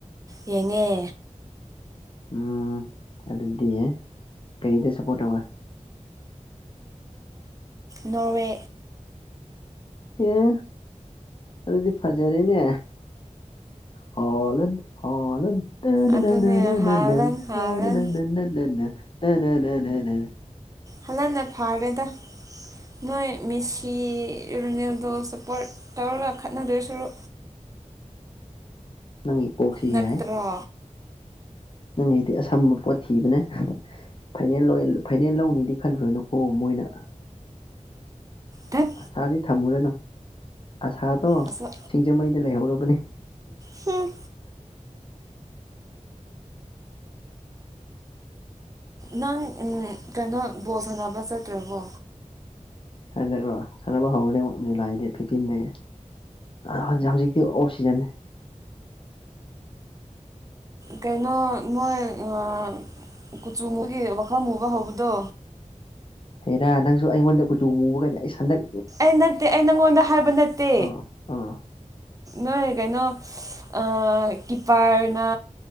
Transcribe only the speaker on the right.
ꯌꯦꯡꯉꯦ
ꯅꯣꯔꯋꯦ
ꯑꯗꯨꯅꯦ
ꯍꯥꯂꯟ ꯍꯥꯂꯟ
ꯍꯜ ꯍꯟꯟꯅ ꯐꯔꯦꯗ
ꯅꯣꯏ ꯃꯤꯁꯤ ꯔꯣꯅꯦꯜꯗꯣ ꯁꯞꯄꯣꯔꯠ ꯇꯧꯔꯒ ꯈꯠꯅꯗꯣꯏ ꯁꯔꯨ
ꯅꯠꯇ꯭ꯔꯣ
ꯗꯠ
ꯑꯁ
ꯍꯨꯝ ꯅꯪ ꯀꯩꯅꯣ ꯕꯣꯁ ꯁꯥꯟꯅꯕ ꯆꯠꯇ꯭ꯔꯕꯣ
ꯀꯩꯅꯣ ꯃꯣꯏ ꯑ ꯀꯨꯆꯨ ꯃꯒꯤ ꯋꯥꯈꯜ ꯃꯨꯕ ꯍꯧꯕꯗꯣ
ꯑꯩ ꯅꯠꯇꯦ ꯑꯩ ꯅꯪꯉꯣꯟꯗ ꯍꯥꯏꯕ ꯅꯠꯇꯦ
ꯅꯣꯏ ꯀꯩꯅꯣ ꯑ ꯀꯤꯄꯔꯅ